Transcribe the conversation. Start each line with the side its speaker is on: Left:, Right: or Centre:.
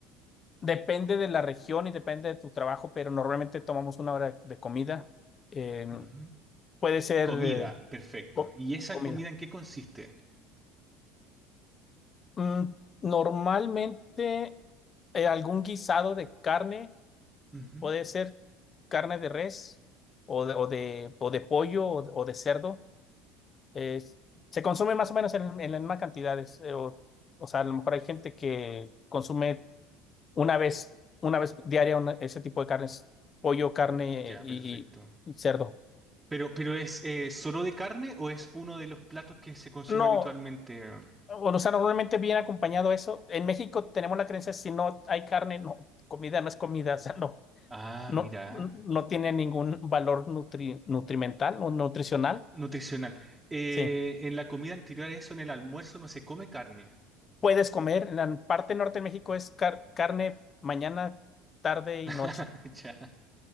Left: depende de la región y depende de tu trabajo, pero normalmente tomamos una hora de comida. Eh,
Right: Ujú.
Left: puede ser
Right: Comida,
Left: eh,
Right: perfecto.
Left: co-
Right: ¿Y esa
Left: comida.
Right: comida en qué consiste?
Left: Mm, normalmente. eh, algún guisado de carne,
Right: Ujú.
Left: puede ser carne de res o de, o de, o de pollo o, de o de cerdo. es- se consume más o menos en, en las mismas cantidades. eh, o, o sea, a lo mejor hay gente que consume una vez, una vez diaria una- ese tipo de carnes, pollo, carne
Right: Mm, Ya,
Left: y,
Right: perfecto.
Left: y- y cerdo.
Right: Pero, pero ¿es eh, solo de carne o es uno de los platos que se consume
Left: No,
Right: habitualmente?
Left: o sea, normalmente viene acompañado eso. En México tenemos la creencia, si no hay carne, no, comida no es comida, <laughs> o sea, no.
Right: Ah,
Left: No,
Right: mira,
Left: no tiene ningún valor nutri- nutrimental o nutricional.
Right: nutricional. Eh,
Left: Sí.
Right: en la comida anterior a eso, en el almuerzo, no se come carne.
Left: Puedes comer, en la parte norte de México es car- carne mañana, tarde y noche,
Right: <laughs> Ya,